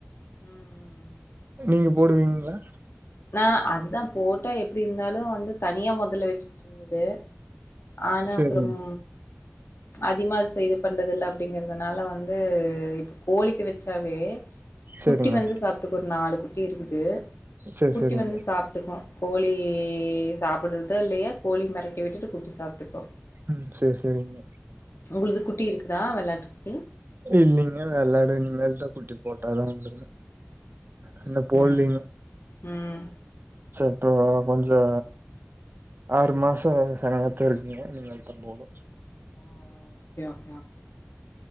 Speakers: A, on the left; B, on the right.
A: ம் ம் ம்
B: நீங்க போடுவீங்களா
A: நா அதுதா போட்டா எப்டி இருந்தாலு வந்து தனியா மொதல்ல வச்சுட்டு இருந்தது ஆனா
B: சரிங்க
A: அப்புறம் அதிகமா சே இது பண்றதில்ல அப்படிங்கறதுனால வந்து இப்ப கோழிக்கு வச்சாவே
B: சரிங்க
A: குட்டி வந்து சாப்ட்டுக்கு ஒரு நாலு குட்டி இருக்குது
B: சரி
A: குட்டி
B: சரிங்க
A: வந்து சாப்ட்டுக்கு கோழி சாப்புடுதுதோ இல்லையா கோழி மெரட்டி விட்டுட்டு குட்டி சாப்ட்டுக்கோ
B: ம் சரி சரிங்க
A: உங்களுக்கு குட்டி இருக்குதா வெளாட்றதுக்
B: இல்லீங்க வெள்ளாடு இனிமேல்தா குட்டி போட்டாதா உண்டுங்க. இன்னு போட்லீங்க.
A: ம் ம்
B: இப்போ கொஞ்சோ ஆறு மாச செனையாத்தா இருக்குங்க நீங்க அதுக்தா phone.
A: Okay okay okay